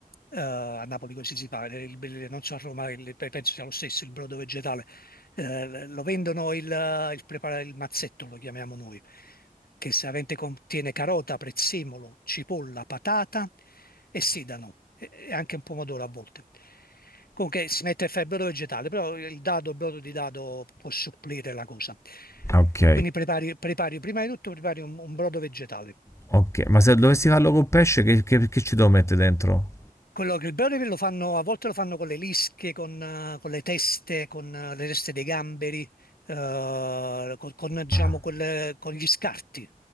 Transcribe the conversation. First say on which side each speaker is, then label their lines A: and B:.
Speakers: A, on the left; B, on the left.
A: eh, a Napoli così si fa, il- il- non so a Roma, il- penso sia lo stesso il brodo vegetale eh, lo vendono il, eh, il, prepara- il mazzetto, lo chiamiamo noi, che solitamente contiene carota, prezzemolo, cipolla, patata e sedano e e anche un pomodoro a volte. Comunque si mette a fare il brodo vegetale, però il dado, il brodo di dado può supplire la cosa.
B: Ah, Ok,
A: Quindi prepari, prepari prima di tutto prepari un, un brodo vegetale.
B: ok. Ma se dovessi farlo con pesce, che, che- che ci devo mettere dentro?
A: Quello che il Brawl lo fanno, a volte lo fanno con le lische, con, eh, con le teste, con eh, le teste dei gamberi, eh, con, con, diciamo,
B: Ah,
A: quelle- con gli scarti.